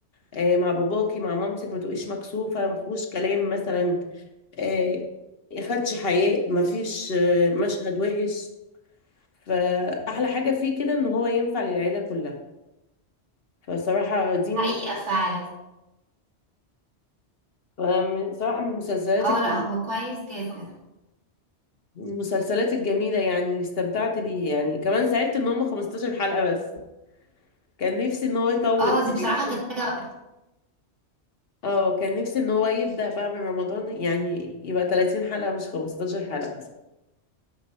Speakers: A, on the left; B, on the right.
A: آه مع باباكي مع مامتك ما تبقيش مكسوفة ما فيهوش كلام مثلا آه خدش حياء ما فيش آه مشهد وحش فأحلى حاجة فيه كده إن هو ينفع للعيلة كلها فصراحة دي
B: حقيقة فعلا
A: أم، صراحة من المسلسلات
B: اه
A: الج-
B: لا هو كويس جدا
A: من المسلسلات الجميلة يعني اللي استمتعت بيه يعني كمان زعلت ان هم 15 حلقة بس كان نفسي ان هو يطول
B: اه دي
A: <laughs> يعني
B: بصراحة كانت حاجة
A: اه كان نفسي ان هو يبدأ بقى من رمضان يعني يبقى 30 حلقة مش 15 حلقة